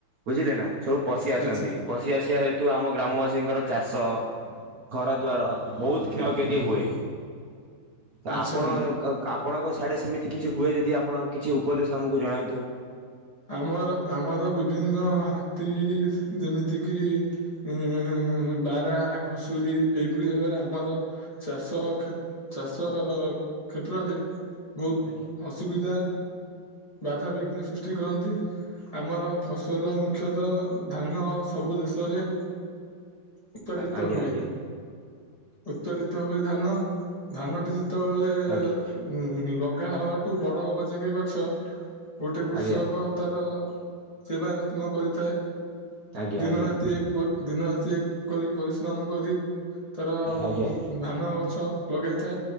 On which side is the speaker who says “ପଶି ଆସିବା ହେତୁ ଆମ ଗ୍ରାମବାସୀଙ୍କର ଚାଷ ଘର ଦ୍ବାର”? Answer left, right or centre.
Right